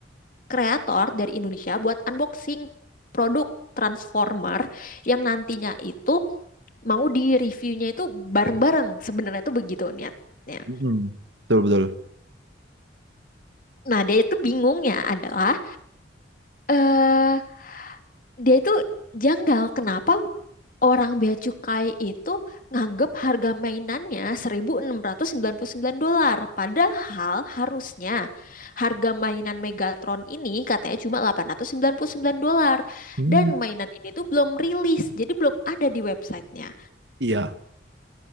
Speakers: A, on the left; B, on the right.
A: kreator dari Indonesia buat unboxing produk Transformer yang nantinya itu mau di reviewnya itu bareng-bareng sebenarnya itu begitu niatnya.
B: Mm-mm. Betul, betul.
A: Nah, dia itu bingungnya adalah eh dia itu janggal kenapa Orang bea cukai itu nganggep harga mainannya 1.699 dolar. Padahal harusnya harga mainan Megatron ini katanya cuma 899 dolar.
B: Hmm.
A: Dan mainan ini tuh belum rilis, jadi belum ada di websitenya.
B: Iya.